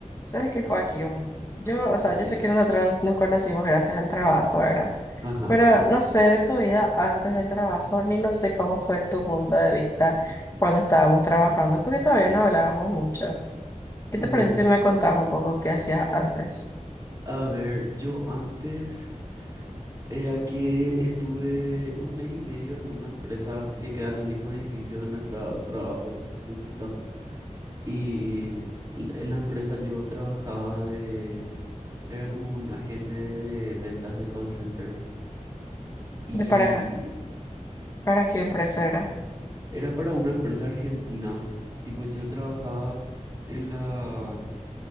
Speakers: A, on the left; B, on the right.
A: ¿Sabes qué, Joaquín? Yo, o sea, yo
B: Bien.
A: sé que nosotros nos conocimos gracias al trabajo, ¿verdad?
B: Ajá,
A: Pero
B: ajá,
A: no sé de tu vida antes del trabajo, ni no sé cómo fue tu punto de vista cuando estábamos trabajando, porque todavía no hablábamos mucho. ¿Qué
B: ajá.
A: te parece si me contabas un poco qué hacías antes?
B: A ver, yo antes era que estuve un mes y medio en una empresa que queda en el mismo edificio de nuestro trabajo, justito. Y en la empresa yo trabajaba de, era como un agente de ventas de call center. Y
A: ¿De para, para qué empresa era?
B: era para una empresa argentina. Tipo, yo trabajaba en la,